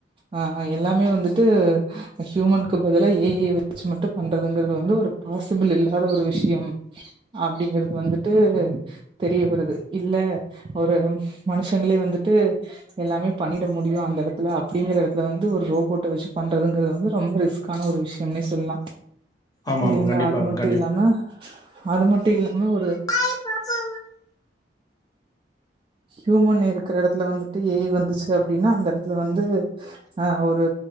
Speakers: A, on the right; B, on the left.
A: ஆ எல்லாமே வந்துட்டு ஹியூமன்கு பதிலா ஏ ஐ வெச்சி மட்டும் பண்றதுங்கறது வந்து ஒரு பாசிபிள் இல்லாத ஒரு விஷயம் அப்டிங்கிறது வந்துட்டு தெரிய வருது இல்ல ஒரு மனுஷங்களே வந்துட்டு எல்லாமே பண்ணிட முடியு அந்த எடத்துல அப்டிங்கிற எடத்து வந்து ஒரு ரோபோட்ட வெச்சு பண்றதுங்கறது வந்து ரொம்ப ரிஸ்க் க்கான ஒரு விஷயம்னே சொல்லா
B: ஆமா
A: இல்லைங்ளா
B: ஆமா கண்டிப்பா
A: அது மட்டும்
B: கண்டிப்பா
A: இல்லாம அது மட்டு இல்லாம ஒரு
B: ஆாய பப்பா
A: ஹியூமன் இருக்கற எடத்துல வந்துட்டு ஏ ஐ வந்துச்சு அப்டின்னா அந்த ஏடத்துல வந்து ஆ ஒரு